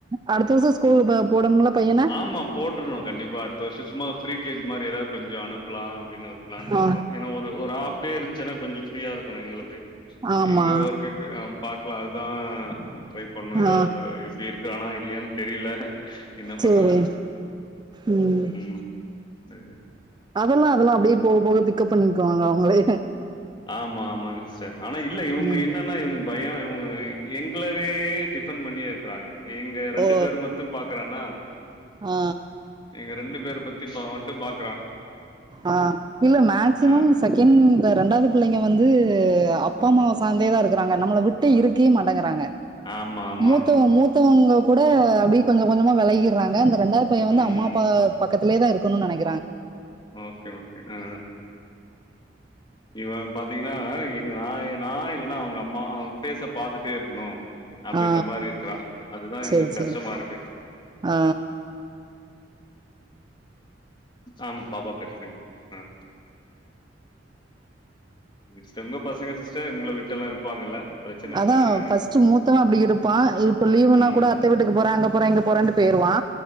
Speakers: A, on the right; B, on the left.
A: அடுத்த வருச ஸ்கூல் போடனும்ல பையன
B: ஆமா போட்டுறுணு கண்டிப்பாக அடுத்த வருஷ சும்மா ஃப்ரீ கேஜி மாரி எதாது கொஞ்ச அனுப்பலா அப்டின்னு ஒரு பிளான்ல இருக்கோ
A: ஆ
B: ஏன்னா ஒரு ஒரு ஹாஃப் டே இருந்துச்சுன்னா கொஞ்ச ஃப்ரீயா இருக்கு எங்களுக்கு
A: ஆமா
B: நீங்க ஒர்க் அம் பாக்லா அத்தா ட்ரை பண்ணு ஏதாது
A: ஆ
B: எப்டி இருக் க்கானா இல்லயான்னு தெரில என்ன பண்றதுன்னு
A: சேரி ம்
B: உம் சேரி
A: அதெல்லா அதெல்லா அப்டியே போக போக பிக்அப் பண்ணிக்குவாங்க அவங்களே
B: ஆமா ஆமாங்க சிஸ்டர் ஆனா இல்ல இவங்க
A: ம்
B: என்ன ன்னா இவனுக்கு பயொ இவங்கொ எங்களவே டிஃபன் பண்ணியெ இருக்குறாங்க எங்க ரெண்டு
A: ஓ
B: பேர் மத் த்தும் பாக்குறானா
A: ஆ
B: எங்க ரெண்டு பேர் பத் <unintelligible>
A: ஆ இல்ல மேக்சிமம்
B: ஆ
A: செகண்ட் ரெண்டாவது பிள்ளைங்க வந்து அப்பா அம்மாவ சாந்தேதா இருக்கிறாங்க நம்மள விட் ட்டு
B: ஆ.
A: இருக்கவெ மாட்டேங்குறாங்க
B: ஆமா ஆமா
A: மூத்தவ மூத்தவங்க கூட அப்டியே கொஞ்ச கொஞ்சமா வேளகிறாங்க இந்த ரெண்டாவது பைய வந்து
B: ம்
A: அம்மா அப்பா பக்கத்திலே தா இருக்கனுனு நெனக்
B: ஓகே ஓகே ஆ இவ பாத்தீங்கன்னா எங் நா நா இல்லன்னா அவங்க அம்மா பேச பாத்துட்டே இருக்கணு அப்படின்ற
A: ஆ
B: மாரி இருக்கறா அதுதா
A: செரி
B: எங்களுக்கு
A: செரி
B: கஷ்டமா இருக்கு
A: ஆ
B: ஆமா பாப்பா ப்ரெக்னன்ட் ஆ <unintelligible> பசங்க சிஸ்டர் உங்கள விட்டெல்லா இருப்பாங்கல்ல பிரச்சன
A: அதா
B: இல்ல ஆ
A: ஃபர்ஸ்ட் மூத்தவ அப்டி இருப்பா இப்ப லீவ்னா
B: ம்
A: கூட அத்த வீட்டுக்கு போற அங்க போறே இங்க போறான்ட்டு போயிருவா